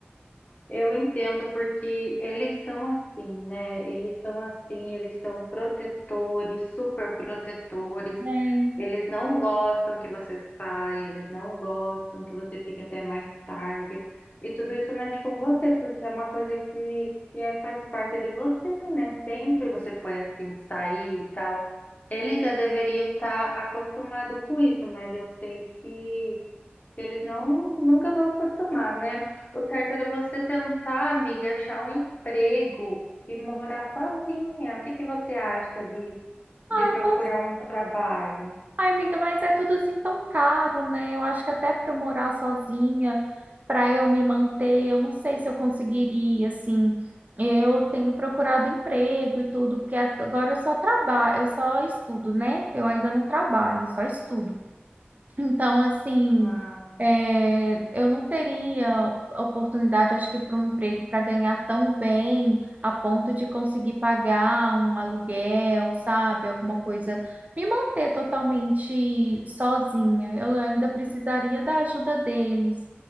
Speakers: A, on the left; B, on the right.
A: Eu entendo porque eles são assim, né? Eles são assim, eles são protetores, super protetores.
B: né?
A: Eles não gostam que você saia, eles não gostam que você fique até mais tarde. E tudo isso mexe com você, porque é uma coisa que, que é, faz parte de você, né? Sempre você foi assim, de sair e tal. Ele já deveria estar acostumado com isso, mas eu sei que eles não, nunca vão acostumar, né? O certo era você tentar, amiga, achar um emprego e morar sozinha. O que que você acha de,
B: Ai,
A: de procurar
B: mas-
A: um trabalho?
B: ai, amiga, mas é tudo assim tão caro, né? Eu acho que até para eu morar sozinha, para eu me manter, eu não sei se eu conseguiria, assim. Eu tenho procurado emprego e tudo, porque at- agora eu só trabalho, eu só estudo, né? Eu ainda não trabalho, eu só estudo. Então, assim,
A: Ah,
B: é, eu não teria oportunidade, acho que, para um emprego para ganhar tão bem a ponto de conseguir pagar um aluguel, sabe? Alguma coisa, me manter totalmente sozinha. Eu ainda precisaria da ajuda deles.